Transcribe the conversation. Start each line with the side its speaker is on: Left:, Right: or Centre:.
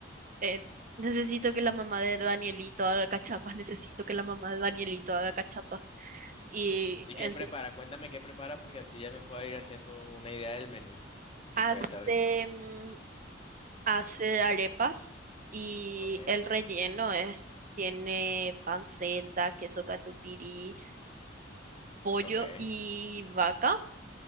Right: eh, necesito que la mamá de Danielito haga cachapas, necesito que la mamá de Danielito haga cachapas. Y
Left: ¿Y
Right: ente-
Left: qué prepara? Cuéntame qué prepara porque así ya me puedo ir haciendo una idea del menú que
Right: hace,
Left: puede estar disponible.
Right: mm, hace arepas y
Left: Ok,
Right: el relleno es, tiene panceta, queso catupirí, pollo
Left: ok,
Right: y vaca.